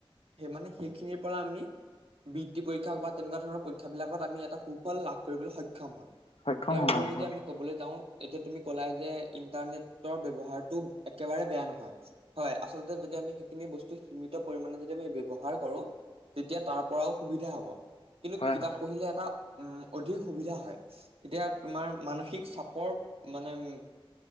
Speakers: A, on the right; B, on the left.
A: সেই মানে সেইখিনিৰ পৰা আমি বৃত্তি পৰীক্ষাক বা তেনেকুৱা ধৰণৰৰ পৰী ক্ষাৰ বিলাকত আমি এটা সুফল লাভ কৰিবলৈ সক্ষম হম ইয়াৰ
B: সক্ষম হওঁ
A: উপৰি
B: অ
A: যদি আমি ক'বলৈ যাওঁ এতিয়া তুমি কলাই যে ইন্টাৰনেটৰ ব্যৱহাৰটো একেবাৰে বেয়া নহয়। হয় আচলতে যদি আমি সেইখিনি বস্তু সীমিত পৰিমাণে যদি আমি ব্যৱহাৰ কৰো তেতিয়া তাৰ পৰাও সুবিধা হ'ব কিন্তু
B: হয়
A: কিতাপ
B: হয় হয়
A: পঢ়িলে এটা উম অধিক সুবিধা হয় এতিয়া তোমাৰ মানসিক চাপ পৰ মানে উম